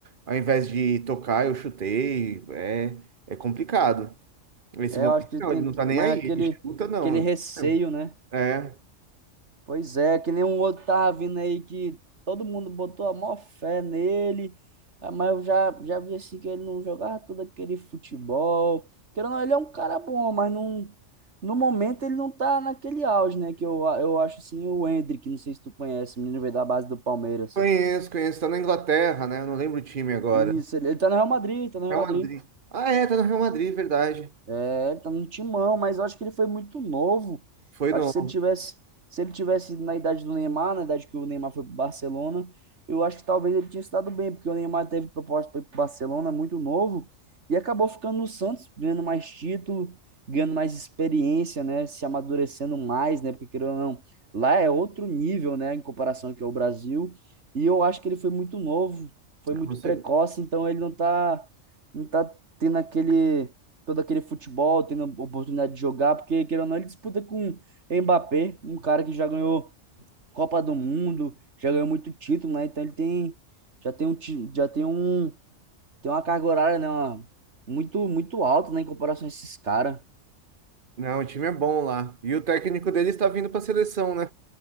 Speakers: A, on the right; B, on the right.
A: ao invés de tocar, eu chutei. É, é complicado. Esse
B: É,
A: moleque,
B: eu acho que
A: não,
B: tem
A: ele não
B: que-
A: tá nem
B: mais
A: aí.
B: aquele,
A: Ele chuta, não.
B: aquele receio, né?
A: É.
B: Pois é, que nem um outro tava vindo aí que todo mundo botou a maior fé nele, ah, mas eu já, já vi assim que ele não jogava todo aquele futebol. Querendo ou não, ele é um cara bom, mas não, no momento ele não tá naquele auge, né? Que eu, a- eu acho assim o Endrick, não sei se tu conhece, o menino veio da base do Palmeiras.
A: Conheço, conheço. Tá na Inglaterra, né? Eu não lembro o time agora.
B: Isso, ele, ele tá no Real Madrid, tá no Real
A: Real
B: Madrid.
A: Madrid. Ah, é, tá no Real Madrid, verdade.
B: É, ele tá no timão, mas eu acho que ele foi muito novo.
A: Foi
B: Acho
A: no.
B: que se ele tivesse, se ele tivesse na idade do Neymar, na idade que o Neymar foi pro Barcelona, eu acho que talvez ele tinha estado bem, porque o Neymar teve proposta para ir pro Barcelona muito novo e acabou ficando no Santos, ganhando mais título, ganhando mais experiência, né, se amadurecendo mais, né, porque querendo ou não, lá é outro nível, né, em comparação que é o Brasil. E eu acho que ele foi muito novo, foi
A: é
B: muito
A: como se-
B: precoce, então ele não tá não tá tendo aquele todo aquele futebol, tendo a oportunidade de jogar, porque, querendo ou não, ele disputa com Mbappé, um cara que já ganhou Copa do Mundo, já ganhou muito título, né? Então ele tem, já tem um, ti- já tem um, tem uma carga horária, né? uma- muito, muito alta, né? Em comparação a esses caras.
A: Não, o time é bom lá. E o técnico dele está vindo pra seleção, né?